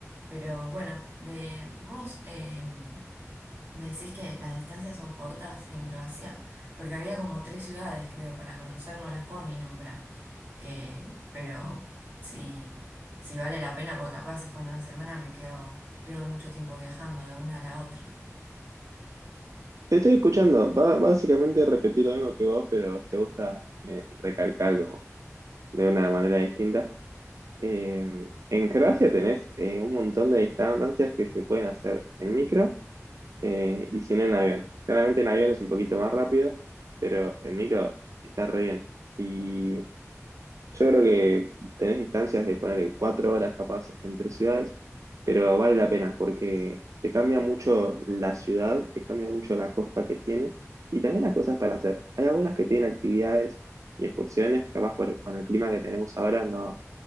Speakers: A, on the right; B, on the right.
A: pero bueno, de, vos em, decís que las distancias son cortas en Croacia, porque había como tres ciudades, creo, para conocer, no las puedo ni nombrar. Eh, pero si, si vale la pena, porque capaz con una semana me quedo, pierdo mucho tiempo viajando de una a la otra.
B: Te estoy escuchando, va, básicamente repetir lo mismo que vos, pero te gusta eh, recalcar como de una manera distinta. Eh, en Croacia tenés eh, un montón de distancias que se pueden hacer en micro eh, y si no en avión. Claramente en avión es un poquito más rápido, pero en micro está re bien. Y yo creo que tenés distancias de poner cuatro horas capaz entre ciudades, pero vale la pena porque te cambia mucho la ciudad, te cambia mucho la costa que tiene y también las cosas para hacer. Hay algunas que tienen actividades y excursiones que capaz por- con el clima que tenemos ahora no,